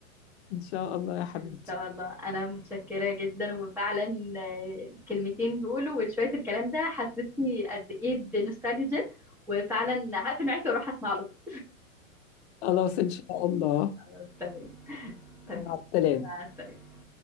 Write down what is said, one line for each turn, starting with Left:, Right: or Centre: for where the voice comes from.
Left: ان شاء الله يا حبيبتي
Centre: ان شاء الله انا متشكره جدا وفعلا آه، الكلمتين دول وشويه الكلام ده حسسني قد ايه بنوستالجيا وفعلا هقفل معاكي واروح اسمع على طول
Left: خلاص ان شاء الله
Centre: خلاص تمام تمام
Left: مع السلامة
Centre: مع السلامه